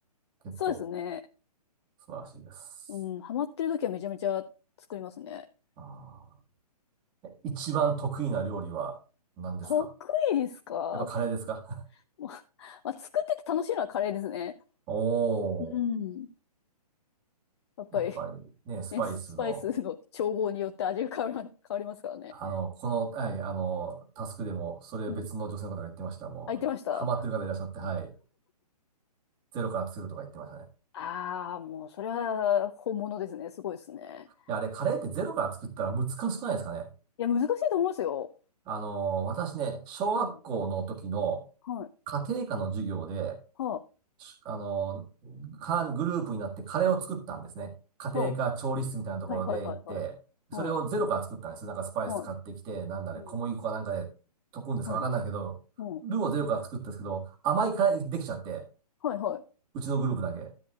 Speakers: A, on the right; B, on the left.
A: 結構、
B: そうですね。
A: 素晴らしいです。
B: うん、ハマってる時はめちゃめちゃ作りますね。
A: あーえ一番得意な料理は何ですか
B: 得意ですか
A: やっぱカレーですか
B: <laughs> まあ、作ってて楽しいのはカレーですね。
A: <laughs> おー。
B: うん。やっぱり、
A: やっぱりね、スパイスの、
B: ね、ススパイスの調合によって味が変わら、変わりますからね。
A: あの、この、はい、あの、タスクでも、それを別の女性の方が言ってました。
B: うん。
A: もう、
B: あ、言ってました
A: ハマってる方いらっしゃって、はい、ゼロから作るとか言ってましたね。
B: ああー、もう、それは本物ですね。すごいですね。
A: いや、あれ、カレーってゼロから作ったら難しくないですかね。
B: いや、難しいと思いますよ。
A: あの、私ね、小学校の時の
B: うん。はい。
A: 家庭科の授業で、
B: は
A: あの、かグループになってカレーを作ったんですね。家庭科調理室みたいなところで行って、
B: あ、はあ、はいはいはいはい。
A: それをゼロから作ったんです。
B: はい、
A: なんかスパイス買ってきて、
B: は
A: なんだね、
B: い。うん。
A: 小麦粉かなんかで溶くんですかわかんないけど、
B: はい。うん。
A: ルーをゼロから作ったんですけど、甘いカレーできちゃって、
B: はいはい。
A: うちのグループだけ。